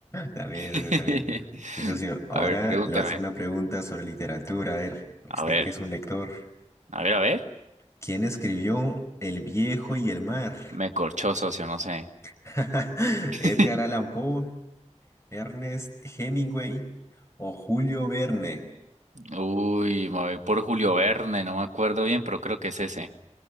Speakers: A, on the left; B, on the right.
A: También,
B: <laughs>
A: socio, también. Y socio, ahora
B: A ver, pregúntame.
A: le voy a hacer una pregunta sobre literatura. A ver, usted
B: A ver,
A: que es un lector,
B: a ver, a ver.
A: ¿quién escribió El viejo y el mar?
B: Me corchó, socio, no sé.
A: <laughs>
B: <laughs>
A: ¿Edgar Allan Poe, Ernest Hemingway o Julio Verne?
B: Uy, me voy por Julio Verne, no me acuerdo bien, pero creo que es ese.